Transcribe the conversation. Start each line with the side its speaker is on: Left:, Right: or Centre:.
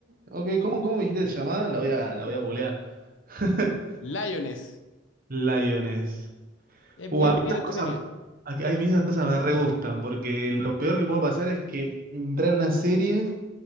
Right: ok, ¿cómo, cómo me dijiste que se llamaba? La voy a, la voy a googlear. <laughs>
Left: Lioness,
Right: Lioness.
Left: es
Right: Uh,
Left: bien,
Right: a mí estas
Left: bien entretenida.
Right: cosas, a a mí esas cosas me re gustan, porque lo peor que puedo pasar es que entrar en una serie.